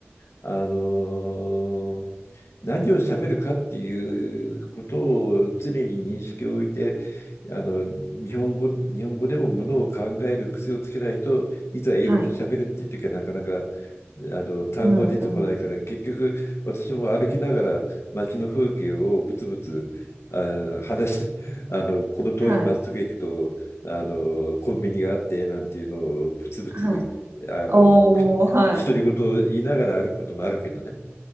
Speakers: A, on the left (about 75°); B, on the right (about 70°).
A: あのー何を喋るかっていうことを常に認識を置いて、あの日本語、日本語でもものを考える癖をつけないといざ英語で喋るっていう時はなかなかあ
B: はい。
A: の単語出てこないから結局私も歩きながら街の風景をぶつぶつあの話し
B: うんうん。
A: <laughs> あのこの通りまっすぐ行くとあのコンビニがあってなんていうのをぶつぶつあのく
B: はい。はい。おお、はい。
A: 独り言を言いながら歩くこともあるけどね。